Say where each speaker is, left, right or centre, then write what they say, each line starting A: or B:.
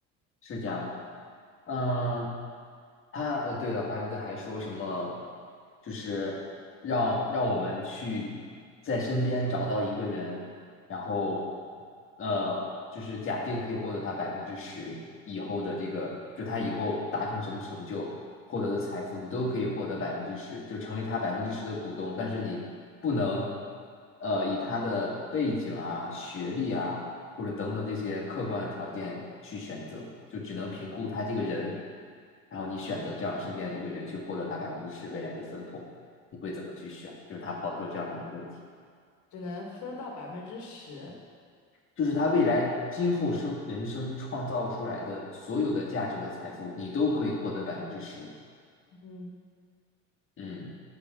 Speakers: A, on the left (about 40°); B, on the left (about 60°).
A: 是这样的嗯、他哦，对了，巴菲特还说什么，就是让让我们去在身边找到一个人，然后呃，就是假定可以获得他百分之十以后的这个，就他以后达成什么成就，获得的财富，你都可以获得百分之十，就成为他百分之十的股东，但是你不能呃以他的背景啊、学历啊。或者等等这些客观的条件去选择，就只能评估他这个人，然后你选择这样身边的一个人去获得他百分之十未来的分红，你会怎么去选？就是他抛出了这样的一个问题，
B: 只能分到百分之十。
A: 就是他未来今后生人生创造出来的所有的价值的财富，你都可以获得百分之十。
B: 嗯，
A: 嗯，